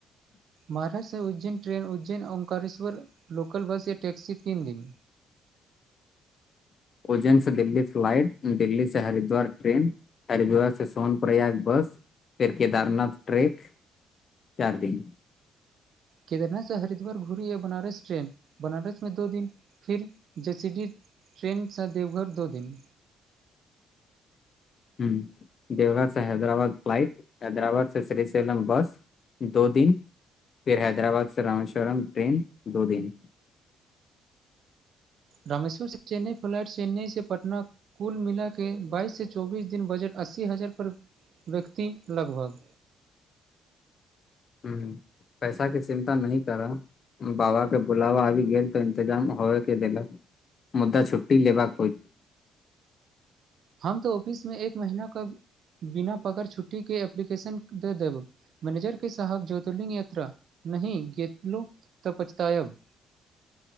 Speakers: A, on the right; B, on the left.
A: महाराष्ट्र उज्जैन से ्रन उज्जैन औंकारेश्वर ल लोककल बस या ैक्सी तीन दिन
B: उज्जैन से दिल्ली फ्लाइट दिल्ी से हरिद्वार ट्रेन हरिद्वार से सोन प्रयाग बस फेर केदारनाथ ट्रेन ‌ चारि दिन
A: केदरनासँ हरिद्वार घुरीहबनारस ट्रेन बनारस में दो दिन फिर जैसि डिह ट्रेन सा देवघर दो दिन
B: ह देवघर से हैदराबाद फ्लाइट हैदराबाद से शेलम बस दोदिन फेर हैदराबाद से रामेश्वरम ट्रेन दोदिन
A: रमेश्वर से चेन्नई फ्लाइट चेन्नई से पटना कुल मिला के बाइसँ चौबीस दिन बजट अस्सी हजार पर व्यक्ति लगभग
B: ह पैसा के चिन्ता नहि करऽ बाबा के बुलावा आबी गेल तऽ इंतजाम होेवेकै देलक मुदा छु्ी लेबाक होयत
A: हम तऽ ऑफिसमे एक महिनाके बिना पगार छुट्टीके एप्लीकेशन दऽ देब मैनेजर के सााहब ज्योतिर्लिंग यात्रा नहि गतलो तऽ पछतायब